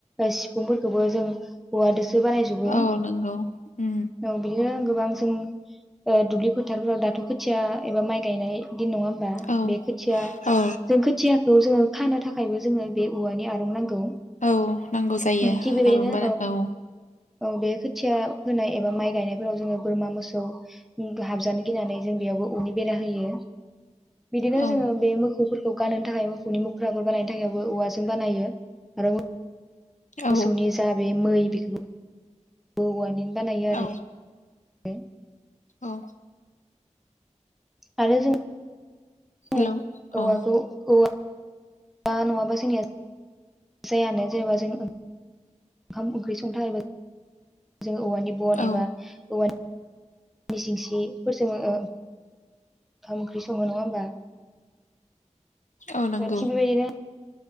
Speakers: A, in the centre; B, on the left.
A: सिफुंफोरखौबो औवाजोंसो बिदि बानाय जोबो‌
B: औ नंगौ उम
A: औ बियो गोबां जों ओ दुब्लि फोथारफोराव दाथ' खोथिया एबा माइ गायनाय बिदि नङा होमबा
B: औ
A: बे खोथिया
B: औ
A: जों खोथियाखौ जोङो खानो थाखायबो जोङो बे औवानि आरं नांगौ।
B: औ नांगौ जायो
A: थिग बेबायदिनो
B: आरंबा औ
A: औ बे खोथिया फोनाय एबा माइ गायनायफोराव जोङो बोरमा मोसौ हाबजानो गिनानै जों बेयाव औ औवानि बेरा होयो बिदिनो
B: औ
A: जोङो बे मो- खौ गानहोनो थाखाय मोसौनि मोख्राफोर बानायनो थाखायबो औवाजों बानायो आरो
B: औ
A: मोसौनि जा बे मै बेखौ औवनि बानायो आरो
B: औ
A: <unintelligible>
B: औ
A: आरो जों
B: हेलौ
A: ङो औवाखौ
B: औ
A: औवा- आ नंङाबा जोंनिया जायानो जेनेबा जों ओंखाम ओंख्रि संथबा जोङो औवानि बन
B: औ
A: एबा औवा नि <unintelligible> ओंखाम ओंख्रि सङो नङा होमबा
B: औ नंगौ
A: गासिबो एबायदिनो